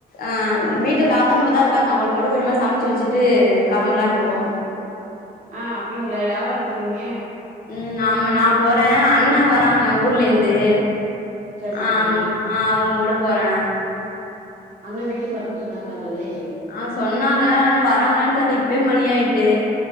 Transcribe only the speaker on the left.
ஆஹ் வீட்டு தாத்தா மட்டு தா இருக்காங்க அவுங்களுக்கு மட்டு கொஞ்சமா சமச்சு வெச்சுட்டு களம்பலான்ட்ருக்கோ
ம் ஆமா நா போறே அண்ண வராங்க ஊர்லேருந்து
ஆஹ்
அவுங்க ஆஹ் அவுங்க கூட போறே
ஆஹ் சொன்னாங்க ஆனா வராங்களான்னு தெரில இப்பே மணி ஆயிட்டு